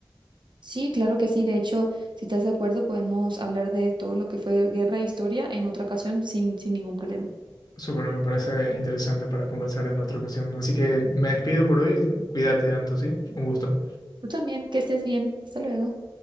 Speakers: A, on the right; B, on the left.
A: Sí, claro que sí. De hecho, si estás de acuerdo, podemos hablar de todo lo que fue guerra e historia en otra ocasión sin, sin ningún problema.
B: Súper, me parece interesante para conversar en otra ocasión. Así que me despido por hoy, cuídate, Anto, ¿sí? Un gusto.
A: Tú también, que estés bien. Hasta luego.